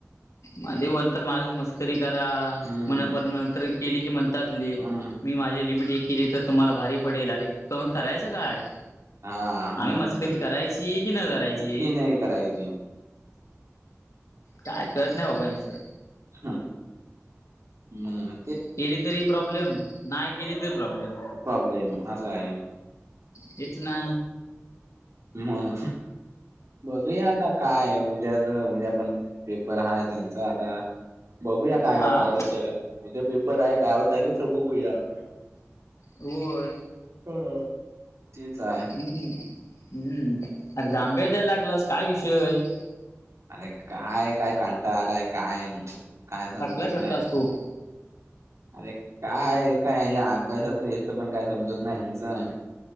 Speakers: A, on the left (about 85°); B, on the right (about 70°).
A: मधी बोलतात माझ्या मस् करी करा
B: हम्म
A: मग नंतर केली की म्हणतातले
B: हम्म
A: मी माझे लिमिट एक केली तर तुम्हाला भारी पडेल अरे क करायचं काय?
B: हा
A: आम्ही
B: मग
A: मस्करी करायची कि न करायची?
B: ती नाही करायची.
A: काय कळतं नाही बाबा यांचं.
B: हम्म हम्म!
A: केली तरी प्रॉब्लेम, नाही केली तरी प्रॉब्लेम.
B: प्रॉब्लेम असा आहे
A: तेच ना.
B: मग बघूया आता काय? उद्या उद्या पण पेपर हाय त्यांचा आता. बघूया काय होतंय?
A: आ
B: कसं काय? उद्या पेपर आहे काय होतय कसं बघूया?
A: होय,
B: हो. तेच आहे
A: हम्म! हम्म, अरे जांभळे द्यायला लागलास काय विषय आहे?
B: अरे काय काय कंटाळ आलाय काय? काय समजत
A: थकलायस वाटतं
B: नाही
A: आज खूप?
B: अरे काय काय या अभ्यासाचं याचं पण काय समजत नाही ह्यांच